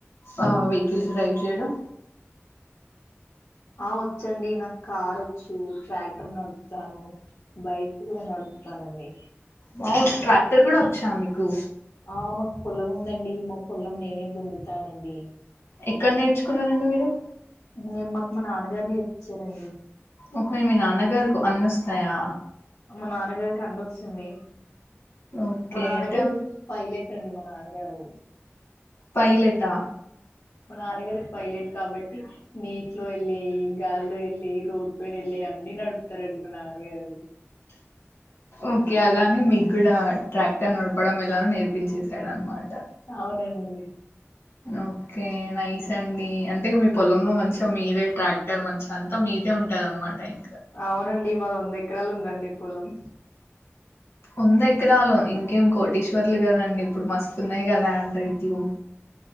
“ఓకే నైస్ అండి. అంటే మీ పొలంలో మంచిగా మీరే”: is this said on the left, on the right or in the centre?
Left